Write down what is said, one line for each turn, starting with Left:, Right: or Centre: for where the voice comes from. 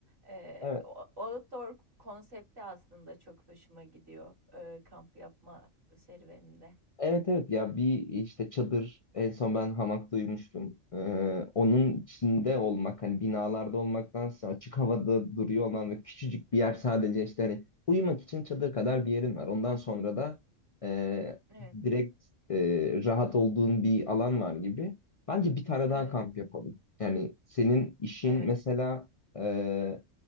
Right: Eee,
Left: evet.
Right: o outdoor konsepti aslında çok hoşuma gidiyor, eee, kamp yapma serüveninde.
Left: Evet evet ya bir işte çadır en son ben hamak duymuştum. Ee, onun içinde olmak hani binalarda olmaktansa açık havada duruyor olan ve küçücük bir yer sadece işte hani uyumak için çadır kadar bir yerin var. Ondan sonra da e,
Right: Evet,
Left: direkt e, rahat olduğun bir alan var gibi. Bence bir tane
Right: evet,
Left: daha kamp yapalım. Yani senin işin
Right: evet.
Left: mesela e,